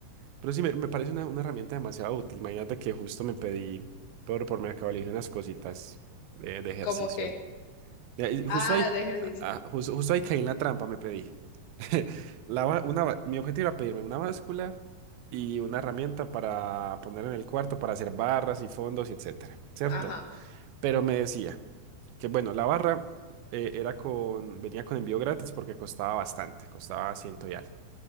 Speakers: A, on the right (about 80°); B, on the left (about 85°).
A: Pero sí, me, me parece una, una herramienta demasiado útil. Imagínate que justo me pedí por, por Mercado Libre unas cositas de, de ejercicio.
B: como que,
A: Y ahí-
B: ah,
A: justo ahí,
B: de ejercicio,
A: ah, ah, justo, justo ahí caí en la trampa, me pedí. <laughs> La, ba- una, ba- mi objetivo era pedirme una báscula y una herramienta para poner en el cuarto para hacer barras y fondos y etcétera, ¿cierto?
B: ajá.
A: Pero me decía que, bueno, la barra eh, era con, venía con envío gratis porque costaba bastante, costaba ciento y algo.